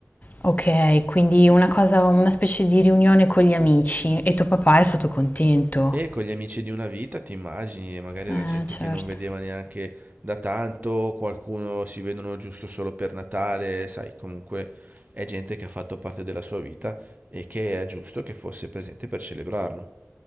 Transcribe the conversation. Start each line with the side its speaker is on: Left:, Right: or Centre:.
Left: Ok, quindi una cosa, una specie di riunione con gli amici e tuo papà è stato contento.
Right: E con gli amici di una vita, ti immagini, magari
Left: Eh,
Right: era gente
Left: certo.
Right: che non vedeva neanche da tanto, qualcuno si vedono giusto solo per Natale, sai, comunque è gente che ha fatto parte della sua vita e che è giusto che fosse presente per celebrarlo.